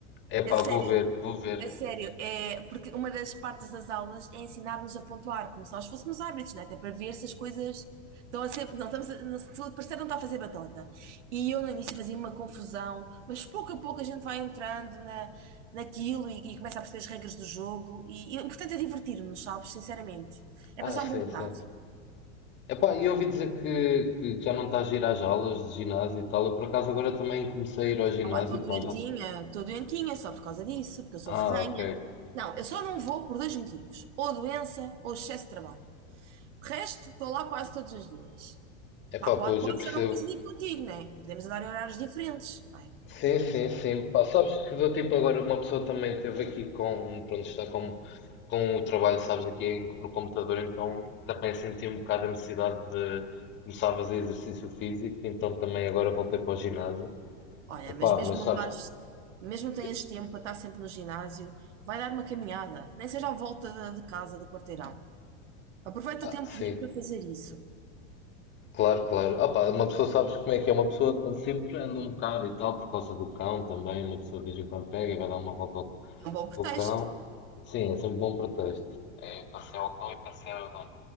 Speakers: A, on the left; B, on the right.
A: epá,
B: É sério,
A: vou ver, vou ver.
B: É sério, é porque uma das partes das aulas é ensinar-nos a pontuar, como se nós fôssemos árbitros, né? Até para ver se as coisas estão a ser. Não, estamos a, não, se o parceiro não está a fazer batota. E eu no início fazia uma confusão, mas pouco a pouco a gente vai entrando na, naquilo e, e começa a perceber as regras do jogo. E, e o importante é divertir-nos, sabes? Sinceramente. É
A: Ah,
B: passar
A: sim,
B: um bom bocado.
A: sim. Epá, e ouvi dizer que, que já não estás a ir às aulas de ginásio e tal, eu por acaso agora também comecei a ir ao ginásio,
B: Opa, estou doentinha,
A: pá, já...
B: estou doentinha só por causa disso, porque eu sou
A: Ah,
B: ferrenha.
A: ok.
B: Não, eu só não vou por dois motivos: ou doença ou excesso de trabalho. De resto, estou lá quase todos os dias.
A: Epá,
B: Pá, pode,
A: pois,
B: pode
A: eu percebo.
B: ser não coincidir contigo, né? Podemos andar em horários diferentes, não é?
A: Sim, sim, sim. Pá, sabes que do tipo agora uma pessoa também teve aqui com, pronto, está com, com o trabalho, sabes, aqui em- no computador, então também senti um bocado a necessidade de começar a fazer exercício físico, então também agora voltei para o ginásio.
B: Olha,
A: Epá,
B: mas mesmo
A: mas
B: não
A: sabes,
B: vais, mesmo não tenhas
A: que-
B: tempo para estar sempre no ginásio, vai dar uma caminhada, nem seja à volta da- de, casa, do quarteirão. Aproveita
A: ah,
B: o tempo
A: sim,
B: livre para fazer isso.
A: claro, claro. Ah, pá, uma pessoa sabes como é que é, uma pessoa sempre anda um bocado e tal, por causa do cão também, uma pessoa de vez em quando pega e vai dar uma volta ao
B: É um bom pretexto.
A: Com o cão, sim, é sempre bom pretexto. É passeio o cão e passeio o dono.